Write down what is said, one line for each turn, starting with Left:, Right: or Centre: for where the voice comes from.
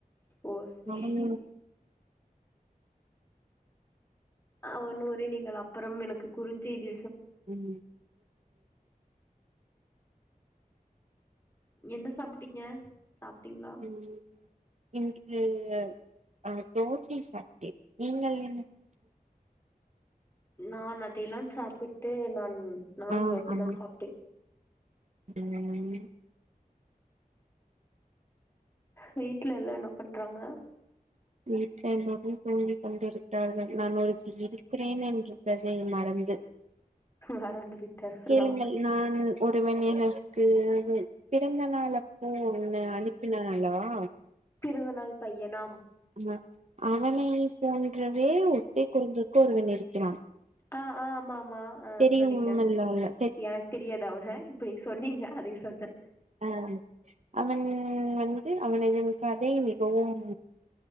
Left: ஓ சரி
Right: அவன்
Left: அவன் ஊரை நீங்கள் அப்புறம் எனக்கு குறுஞ் செய்தி
Right: ம்
Left: என்ன சாப்ட்டீங்க சாப்ட்டீங்களா
Right: ம் இன்று அ தோசை சாப்ட்டேன் நீங்கள் என்ன
Left: நான் அதையெல்லாம் சாப்பிட்டு நான் நானும்
Right: ஆ
Left: தோசைதான்
Right: ஆமா
Left: சாப்ட்டேன்
Right: ம்
Left: வீட்ல எல்லாம் என்ன பண்றாங்க
Right: வீட்ல எல்லோரும் தூங்கி கொண்டிருக்கிறார்கள் நான் ஒருத்தி இருக்கிறேன் என்று இருப்பதை மறந்து
Left: மறந்து விட்டார்களா
Right: கேளுங்கள் நான் ஒரு <unintelligible> எனக்கு பிறந்த நாள் அப்ப ஒண்ணு அனுப்பினான் அல்லவா
Left: <unintelligible> பையன
Right: ஆமா அவனை போன்றவே ஒட்டை குரங்கு ஒருவன் இருக்கிறான்
Left: ஆ ஆ ஆமா ஆமா ஆ
Right: தெரியுமல்ல
Left: சொன்னீங்க எனக்கு தெரியாது அவன இப்ப நீங்க சொன்னீங்க அதுக்கு சொன்னே
Right: ஆ அவன் வந்து அவனது கதை மிகவும்